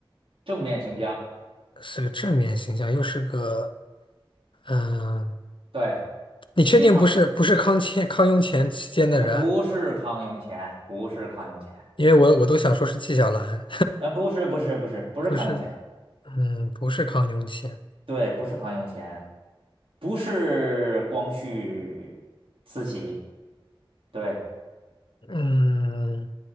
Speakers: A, on the right (about 80°); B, on the left (about 65°).
A: 正面形象，
B: 是个正面形象，又是个嗯、
A: 对，
B: 你确定不是不是康乾康雍乾期间的人？
A: 非常有名，可不是康雍乾，不是康雍乾，
B: 因为我我都想说是纪晓岚，
A: 呃，不是，不是，不是，
B: <laughs>
A: 不是康雍乾，
B: 不是，嗯，不是康雍乾，
A: 对，不是康雍乾，不是光绪、慈禧，对，
B: 嗯。